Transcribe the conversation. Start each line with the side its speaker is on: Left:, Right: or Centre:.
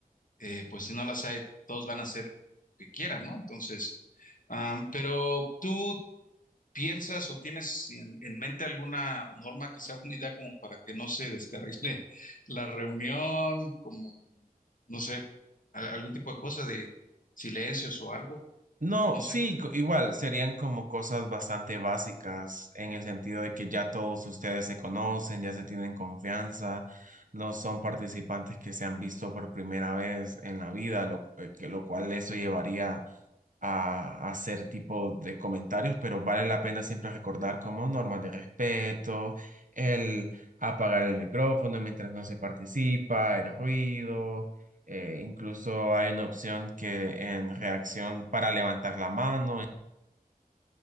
Left: eh, pues si no las hay, todos van a hacer lo que quieran, ¿no? Entonces, am, pero ¿tú piensas o tienes en, en mente alguna norma que sea una idea como para que no se descarrile la reunión, como, no sé, a- algún tipo de cosa de silencios o algo?
Right: No,
Left: No
Right: sí,
Left: sé.
Right: co- igual serían como cosas bastante básicas en el sentido de que ya todos ustedes se conocen, ya se tienen confianza, no son participantes que se han visto por primera vez en la vida, lo, eh, que, lo cual eso llevaría a, a hacer tipo de comentarios, pero vale la pena siempre recordar como normas de respeto, el apagar el micrófono mientras no se participa, el ruido, eh, incluso hay una opción que en reacción para levantar la mano.